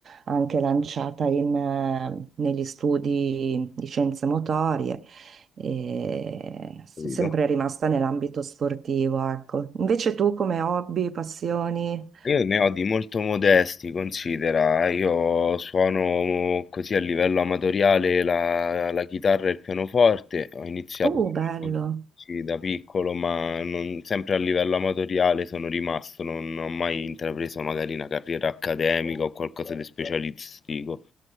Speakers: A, on the right; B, on the left.
A: anche lanciata in, eh, negli studi di scienze motorie e sono
B: capito?
A: sempre rimasta nell'ambito sportivo, ecco. Invece tu come hobby, passioni?
B: Io ne ho di molto modesti, considera, eh. io suono così a livello amatoriale la, la chitarra e il pianoforte, ho iniziato
A: Oh, bello,
B: sì, da piccolo, ma non- sempre a livello amatoriale sono rimasto, non ho mai intrapreso magari una carriera accademica o qualcosa di specialistico.